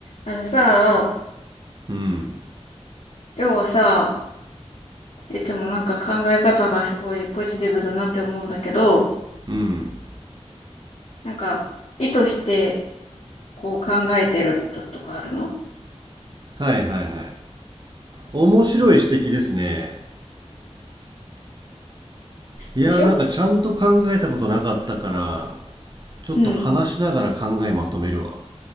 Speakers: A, on the left; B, on the right.
A: あのさ、
B: うん
A: りょうはさ、いつもなんか考え方がすごいポジティブだなって思うんだけど、
B: うん
A: なんか意図してこう考えてることとかあるの
B: はいはいはい面白い指摘ですねいやーなんかちゃんと考えたことなかったから
A: でしょ
B: ちょっと話しながら考えまとめるわ
A: うん。